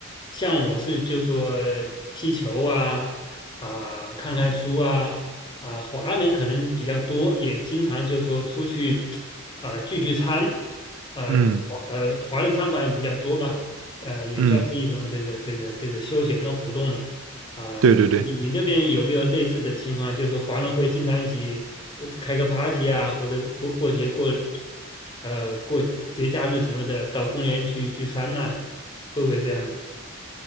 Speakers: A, on the left (about 20°); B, on the right (about 70°).
A: 像我是就说踢球啊，啊、看看书啊，啊、华人可能比较多，也经常就说出去，啊、聚聚餐，呃，
B: 嗯
A: 华呃，华人餐馆比较多嘛，呃，也算是一种这个这个这个休闲的活动嘛。
B: 嗯，
A: 啊，
B: 对对对。
A: 你你那边有没有类似的情况？就是华人会经常一起这这开个 party 啊，或者过过节过，呃，过节假日什么的，到公园去聚餐呐、会不会这样呢？